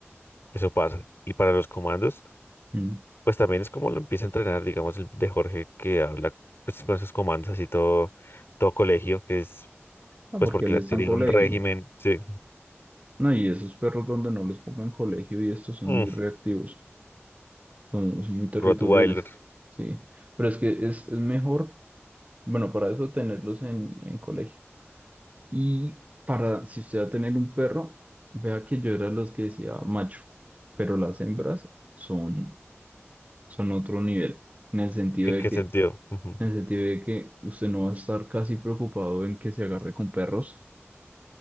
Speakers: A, on the left; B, on the right.
A: eso pasa. Y para los comandos,
B: Mm.
A: pues también es como lo empieza a entrenar, digamos, el de Jorge que habla pues, con esos comandos así todo, todo colegio, que es
B: Ah,
A: pues
B: porque
A: porque
B: él
A: le
B: está
A: tenían
B: en colegio.
A: un régimen, sí.
B: No, y esos perros donde no los pongan en colegio y estos son
A: Mm,
B: muy reactivos, son, son muy territoriales.
A: Rottweiler,
B: Sí, pero es que es, es mejor, bueno, para eso tenerlos en, en colegio. Y para, si usted va a tener un perro, vea que yo era los que decía macho, pero las hembras son, son otro nivel, en el sentido
A: ¿en
B: de
A: qué
B: que,
A: sentido? Ujú.
B: en el sentido de que usted no va a estar casi preocupado en que se agarre con perros.